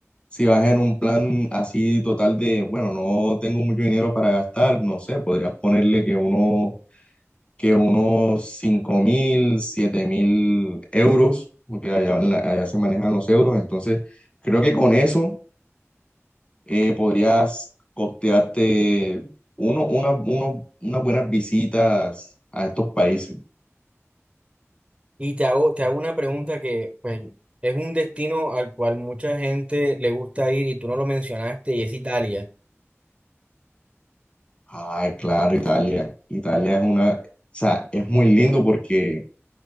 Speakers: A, on the left; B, on the right.
A: Si vas en un plan así total de, bueno, no tengo mucho dinero para gastar, no sé, podrías ponerle que uno, que unos cinco mil, siete mil euros, porque allá, en la- allá se manejan los euros. Entonces, creo que con eso eh, podrías costearte uno, una, uno- unas buenas visitas a estos países.
B: Y te hago, te hago una pregunta que pues, es un destino al cual mucha gente le gusta ir y tú no lo mencionaste y es Italia,
A: Ay, claro, Italia. Italia es una, o sea, es muy lindo porque